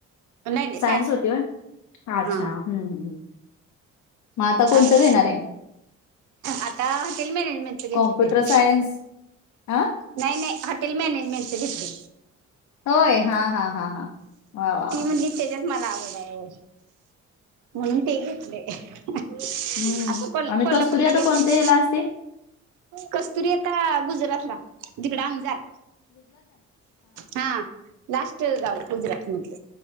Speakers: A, on the right; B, on the left.
A: नाही नाही
B: सायन्स होती होय अच्छा
A: हा
B: हम्म हम्म हम्म. मग आता कोणतं
A: अग
B: घेणार आहे?
A: आता हॉटेल मॅनेजमेंटचे घेतलय
B: कॉम्प्युटर
A: तिन
B: सायन्स हा
A: नाही नाही हॉटेल मॅनेजमेंटचं घेतले.
B: होय हा हा हा हा. वा वा
A: ती
B: वा
A: म्हणाली त्याच्यात मला आवड आहे. म्हणून ते घेतले आता
B: हम्म
A: कोल
B: आम्ही
A: कोल्हापूरला
B: कस्तुरी आता
A: घेतलय.
B: कोणत्या हेला असते
A: कस्तुरी आता गुजरातला तिकड आमजार. हा लास्टच गाव गुजरात मधल